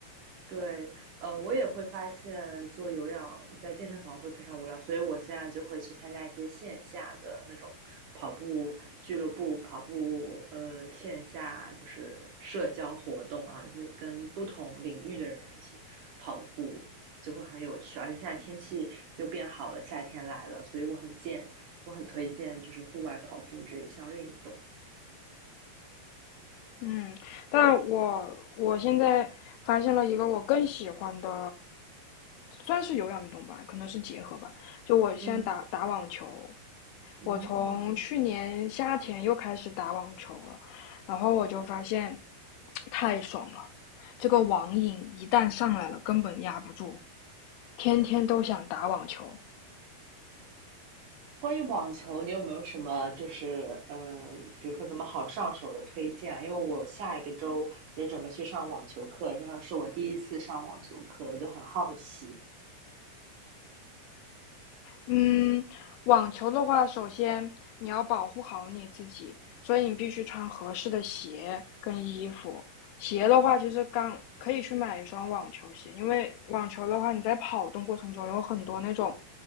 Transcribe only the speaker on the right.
对，呃，我也会发现做有氧在健身房会非常无聊，所以我现在就会去参加一些线下的那种跑步俱乐部、跑步呃线下就是社交活动，然后你会跟不同领域的人一起跑步，就会很有趣。而且现在天气又变好了，夏天来了，所以我很建，我很推荐就是户外跑步这一项运动。
嗯嗯。
关于网球，你有没有什么就是呃，比如说怎么好上手的推荐啊？因为我下一个周也准备去上网球课，然后是我第一次上网球课，我就很好奇。